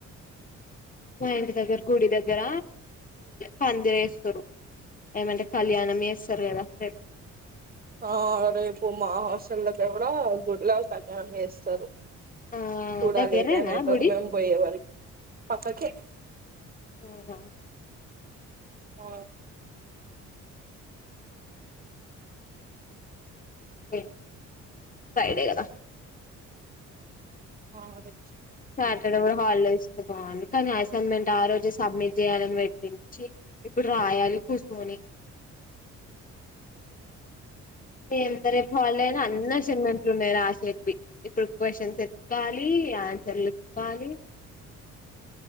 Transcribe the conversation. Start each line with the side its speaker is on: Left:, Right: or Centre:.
Left: మా ఇంటి దగ్గర గుడి దగ్గర పందిర వేస్తారు ఏమంటే కళ్యాణం చేస్తారు కదా రేపు
Right: ఆ రేపు మా హాస్టల్ లోకి కూడా గుడిలో కళణం చేేస్తారు
Left: ఆ
Right: ోడ
Left: దగ్గరేనా
Right: లే టైమ్ అయితే
Left: గుడి
Right: మేము పోయవరకు పక్కకి
Left: అవును
Right: ఆ
Left: రేపు ఫ్రైడే కదా
Right: ఆ అదే
Left: శాటర్డే కూడా కూడా హాలిడే ఇస్తారు మరి కానీ అసైన్మెంట్ ఆ రోజే సబ్మిట్ చేయాలి చేయాలని పెట్టించి ఇప్పుడు రాయాలి కూర్చొని ంత రేపు హాలిడే అయిన
Right: రిపోర్ట్
Left: అని అసైన్మెంట్
Right: చేయాలి
Left: ఉనాయి రాయాలి ఇప్పుడు క్యూషన్స్ ఎతుకోవాలి ఆన్సర్లు ఎత్తుకోవాలి